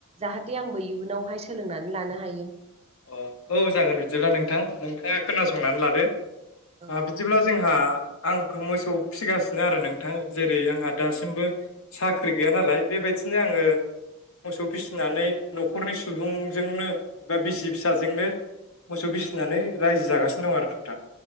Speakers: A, on the right (about 25°); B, on the left (about 65°).
A: जाहाथे आंबो इयुनावहाय सोलोंनानै लानो हायो।
B: अ औ जागोन बिदिब्ला नोंथां नोंथाङा खोनासंनानै लादो।
A: औ
B: आ बिदिब्ला जोंहा आंखौ मोसौ फिसिगासिनो आरो नोंथां जेरै आंहा दासिमबो साख्रि गैया नालाय बे बेबायदिनो आंङो मोसौ फिसिनानै न'खरनि सुबुंजोंनो एबा बिसि फिसाजोंनो मोसौ फिसिनानै
A: औ
B: रायजो जागासिनो दं आरो नोंथां।